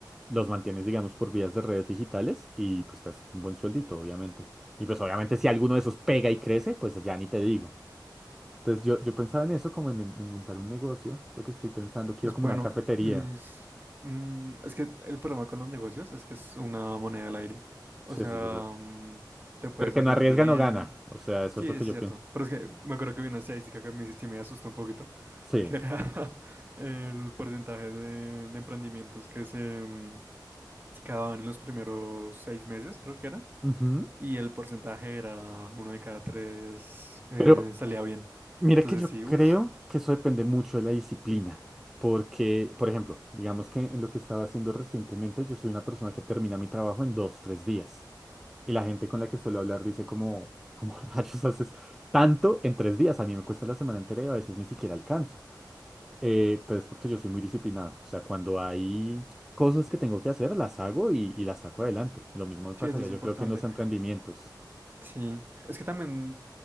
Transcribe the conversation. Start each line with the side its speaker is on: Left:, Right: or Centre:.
Centre: los mantienes, digamos, por vías de redes digitales y pues te haces un buen sueldito, obviamente. Y pues obviamente si alguno de esos pega y crece, pues ya ni te digo. Entonces yo, yo pensaba en eso, como en, en montar un negocio, es lo que estoy pensando, quiero
Right: Pues
Centre: como
Right: bueno,
Centre: una cafetería.
Right: eh, mis... mm, es que el problema con los negocios es que es una moneda al aire. O
Centre: Sí,
Right: sea,
Centre: eso es verdad.
Right: mm, te puede
Centre: El
Right: salir
Centre: que no arriesga
Right: bien.
Centre: no gana, o sea, eso
Right: Sí,
Centre: es
Right: es
Centre: lo que
Right: cierto.
Centre: yo pienso.
Right: Pero es que me acuerdo que vi una estadística que me, que me asustó un poquito,
Centre: Sí.
Right: que era <laughs> el porcentaje de, de emprendimientos que se, mm, se acababan en los primeros seis meses, creo que era.
Centre: Ujú.
Right: Y el porcentaje era uno de cada tres eh,
Centre: Pero
Right: salía bien.
Centre: mira
Right: Entonces
Centre: que yo
Right: sí,
Centre: creo
Right: uff.
Centre: que eso depende mucho de la disciplina. Porque, por ejemplo, digamos que en lo que estaba haciendo recientemente, yo soy una persona que termina mi trabajo en dos, tres días. Y la gente con la que suelo hablar dice como, ¿cómo <laughs> rayos haces tanto en tres días? A mí me cuesta la semana entera y a veces ni siquiera alcanzo. Eh, pero es porque yo soy muy disciplinado. O sea, cuando hay cosas que tengo que hacer, las hago y, y las saco adelante. Lo mismo me pasaría
Right: Sí, eso es
Centre: yo
Right: importante.
Centre: creo que en los emprendimientos.
Right: Sí, es que también